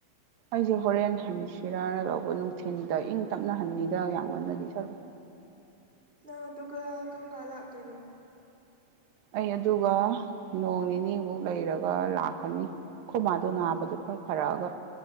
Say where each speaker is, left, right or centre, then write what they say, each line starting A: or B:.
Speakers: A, on the right; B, on the right.
A: ꯑꯩꯁꯦ ꯍꯣꯔꯦꯟ ꯍꯟꯁꯤꯔꯥꯅ ꯂꯧꯕ ꯅꯨꯡꯊꯤꯤꯟꯗ ꯏꯪ ꯇꯞꯅ ꯍꯟꯉꯗ ꯌꯥꯝ ꯉꯟꯅꯗꯤ ꯆꯠꯂꯨ
B: <unintelligible> ꯅ ꯑꯗꯨꯒꯗꯨꯒ ꯀꯪ ꯀꯂꯇꯅ
A: ꯑꯩ ꯑꯗꯨꯒ ꯅꯣꯡ ꯅꯤꯅꯤꯃꯨꯛ ꯂꯩꯔꯒ ꯂꯥꯛ ꯀꯅꯤ ꯈꯨꯃꯥꯗꯨꯣ ꯅꯥꯕꯗꯨ ꯄꯨꯔ ꯐꯔꯛꯑꯒ